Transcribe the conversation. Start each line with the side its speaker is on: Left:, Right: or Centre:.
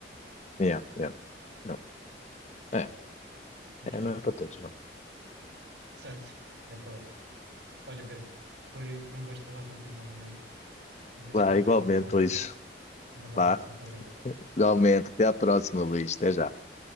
Left: Yeah, yeah, yeah. É,
Right: Mas
Left: é,
Right: bom,
Left: não é para todos, não.
Right: certo, é verdade. Olha, Pedro, foi, foi um gosto falar contigo novamente, a ver
Left: Vá,
Right: se combinamos
Left: igualmente
Right: mais alguma
Left: hoje.
Right: coisa. Um grande
Left: Vá,
Right: abraço, muito obrigado.
Left: igualmente. Até à próxima, Luís. Até já.
Right: Obrigado.